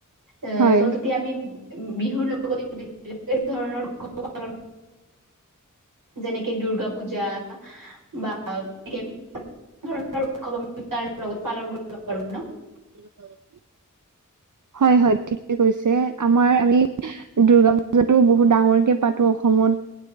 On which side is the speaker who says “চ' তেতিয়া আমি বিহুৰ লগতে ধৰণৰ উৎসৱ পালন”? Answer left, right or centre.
Right